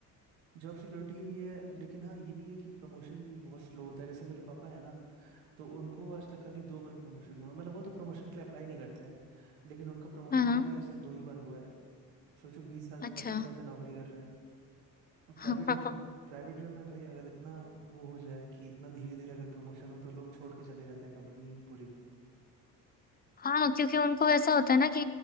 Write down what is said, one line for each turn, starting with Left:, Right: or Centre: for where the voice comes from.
Right: जॉब सिक्योरिटी भी है लेकिन हाँ ये भी है कि प्रमोशन भी बहुत स्लो होता है जैसे मेरे पापा है ना तो उनको आज तक खाली दो बार प्रमोशन हुआ है। मतलब वो तो प्रमोशन के लिए अप्लाई नहीं करते हैं लेकिन उनका प्रमोशन
Left: हाँ हाँ
Right: खाली आज तक दो ही बार हुआ है सोचो बीस साल से
Left: अच्छा
Right: पच्चीस साल से नौकरी कर रहे हैं
Left: <laughs>
Right: प्राइवेट जॉब प्राइवेट जॉब में भाई अगर इतना वो हो जाए कि इतना धीरे धीरे अगर प्रमोशन हो तो लोग छोड़ के चले जाते हैं कंपनी पूरी
Left: हाँ क्योंकि उनको ऐसा होता है ना कि